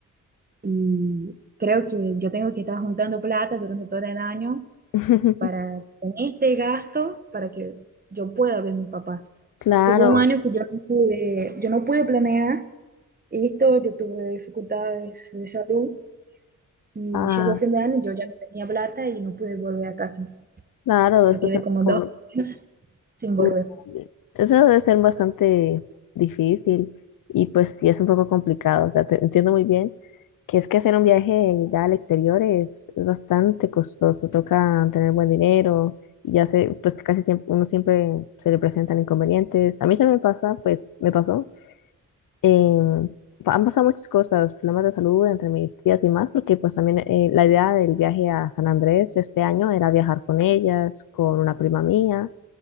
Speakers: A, on the right; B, on the left.
A: y creo que yo tengo que estar juntando plata durante todo el año
B: <laughs>
A: para tener este gasto para que yo pueda ver a mis papás.
B: Claro,
A: Tuvo un año que yo no pude, yo no pude planear Esto, yo tuve dificultades de salud y
B: ah,
A: llegó fin de año, yo ya no tenía plata y no pude volver a casa.
B: claro, eso
A: Me quedé
B: es
A: como
B: como-
A: dos sin
B: Mm,
A: volver.
B: Eso debe ser bastante difícil y pues sí es un poco complicado, o sea, te entiendo muy bien que es que hacer un viaje ya al exterior es, es bastante costoso, toca tener buen dinero y ya se, pues casi siempre, uno siempre se le presentan inconvenientes. A mí también me pasa, pues me pasó. em, pa- han pasado muchas cosas, problemas de salud entre mis tías y más, porque pues también eh, la idea del viaje a San Andrés este año era viajar con ellas, con una prima mía